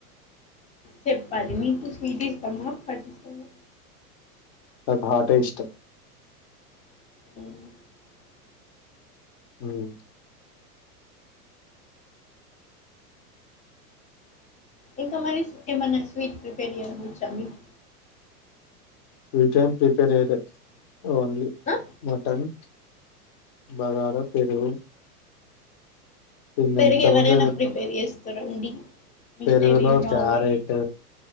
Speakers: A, on the left; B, on the left.
A: చెప్పాలి మీకు స్వీట్ ఇష్టమా హాట్ ఇష్టమా
B: నాక హాట్ ఎ ఇష్టం
A: అవును
B: ఉమ్
A: ఇంకా మరి ఏమైన్నా స్వీట్ ప్రిపేర్ చెయ్యడం వచ్చా మీకు
B: స్వీట్ ఏమ్ ప్రిపేర్ చేయలే ఓన్లీ
A: ఆ?
B: మటన్ బగార పెరుగు తిన్న
A: పెరుగు
B: ఇంతముందే
A: ఎవరైనా
B: తిన్నాం
A: ప్రిపేర్ చేస్తారండి మిగతావి
B: పెరుగులో
A: ఏం రావా
B: క్యారెట్